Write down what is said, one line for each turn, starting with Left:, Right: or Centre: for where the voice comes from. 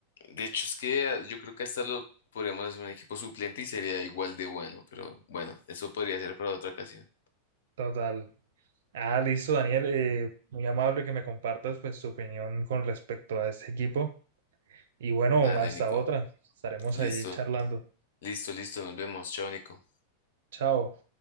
Left: de hecho, es que ah, yo creo que hasta lo podríamos hacer un equipo suplente y sería igual de bueno, pero bueno, eso podría ser para otra ocasión.
Right: total. Ah, listo, Daniel. eh, muy amable que me compartas pues tu opinión con respecto a este equipo. Y bueno,
Left: Dale,
Right: hasta
Left: Nico.
Right: otra. Estaremos
Left: Listo,
Right: allí charlando.
Left: listo, listo. Nos vemos. Chao, Nico.
Right: Chao.